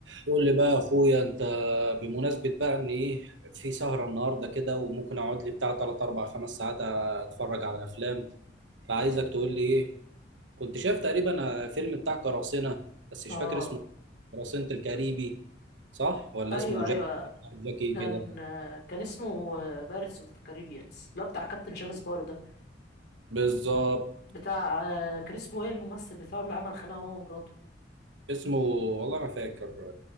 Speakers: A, on the right; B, on the left.
A: قول لي بقى يا اخويا انت بمناسبة بقى ان ايه في سهرة النهاردة كده وممكن اقعد لي بتاع 3 4 5 ساعات اتفرج على افلام فعايزك تقول لي ايه كنت شايف تقريبا فيلم بتاع قراصنة بس مش
B: اه
A: فاكر اسمه قراصنة الكاريبي صح ولا
B: ايوه
A: اسمه
B: ايوه
A: جاك جاكي
B: كان
A: كده
B: آه، كان اسمه بارتس اوف ذا كاريبيانز اللي هو بتاع كابتن جاك سبارو ده
A: بالظبط
B: بتاع آه، كان اسمه ايه الممثل بتاعه اللي عمل خناقه هو ومراته
A: اسمه والله ما فاكر